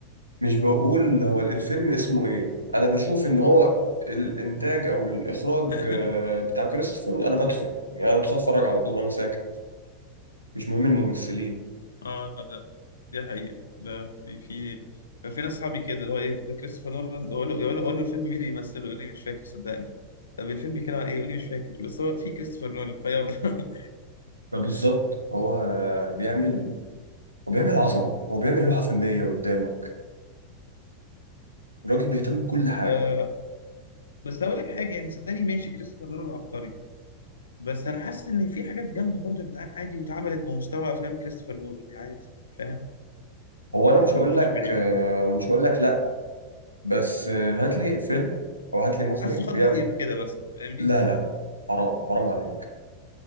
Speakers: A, on the right; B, on the left.
A: مش بقول هو الفيلم اسمه ايه انا بشوف ان هو الانتاج او الاخراج
B: <laughs>
A: آه، بتاع كريستوفر انا بدخل يعني انا بدخل اتفرج على طول انا ساكت مش مهم الممثلين
B: اه دي حقيقة لا في في كان في ناس صحابي كده اللي هو ايه ده كريستوفر نولان اقول له يقول له أقول له الفيلم مين اللي يمثله يقول لي مش فاكر صدقني طب الفيلم بيتكلم عن ايه يقول لي مش فاكر بس هو في كريستوفر نولان فيلا <laughs>
A: فبالظبط هو بيعمل هو بيعمل عظمه هو بيعمل لوحه فنيه قدامك الراجل بيهتم بكل حاجه
B: آه، بس هقول لك حاجة يعني صدقني ماشي كريستوفر نولان عبقري بس انا حاسس ان في حاجات جامدة برضه يا جدعان عادي واتعملت بمستوى افلام كريستوفر نولان يعني عادي فاهم
A: هو
B: ما
A: انا مش
B: رحناش
A: هقول لك
B: بعيد
A: آه، مش هقول لك لا بس آه، هات لي فيلم او هات لي مخرج
B: حاسه
A: بيعمل
B: خد هايب كده بس فاهمني
A: لا لا لا حرام حرام عليك